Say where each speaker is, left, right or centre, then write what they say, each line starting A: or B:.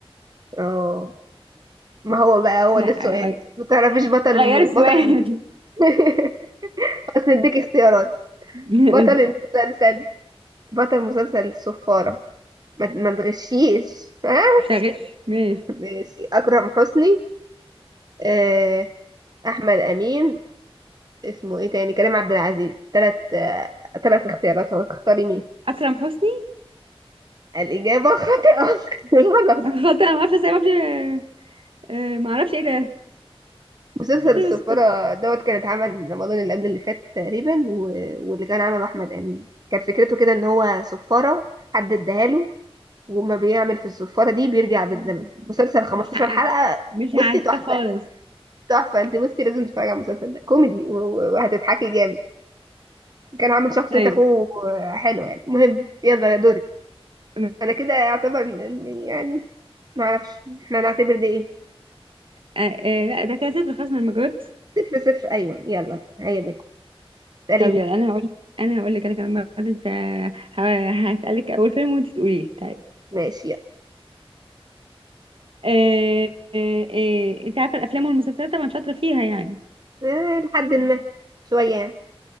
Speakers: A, on the right; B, on the right.
A: اه ما هو بقى هو
B: لا
A: ده السؤال
B: غير
A: ما تعرفيش بطل
B: غير
A: الم...
B: السؤال
A: بطل الم... <laughs> بس نديك اختيارات
B: <laughs>
A: بطل المسلسل بطل مسلسل الصفارة ما, ما تغشيش ها
B: شغال ماشي
A: ماشي أكرم حسني آه، أحمد أمين اسمه ايه تاني كريم عبد العزيز تلات آه، تلات اختيارات هو تختاري مين
B: اكرم حسني
A: الإجابة خاطئة <laughs> غلط
B: غلط انا ما اعرفش ازاي، ما اعرفش آه، ما اعرفش ايه ده
A: مسلسل
B: ايه فيلم
A: الصفارة
B: الصفارة
A: دوت كان اتعمل رمضان اللي قبل اللي فات تقريبا و... واللي كان عمله أحمد أمين كان فكرته كده إن هو صفارة حد اداها له وما بيعمل في الصفارة دي بيرجع
B: ده؟
A: بالزمن مسلسل 15
B: مش عارف
A: حلقة
B: مش
A: بصي
B: عارفه
A: تحفة
B: خالص
A: تحفة انت بصي لازم تتفرجي على المسلسل ده كوميدي و- و- وهتضحكي جامد كان عامل شخصية
B: طيب
A: اخوه حلوة يعني المهم يلا يا دورك
B: طيب
A: انا كده اعتبر إن- إن- يعني ما اعرفش احنا نعتبر ده ايه
B: آه آه لا ده كده صفر خلاص ما أنا ما جاوبتش
A: صفر صفر ايوه يلا هيا بنت اسأليني
B: طب يلا انا هقول انا هقول لك انا كمان مرة انت ه- هسألك اول فيلم وانت تقوليه طيب
A: ماشي يلا
B: آه آه آه انت عارفة الافلام والمسلسلات طبعا شاطرة فيها يعني
A: آه، لحد ما شوية يعني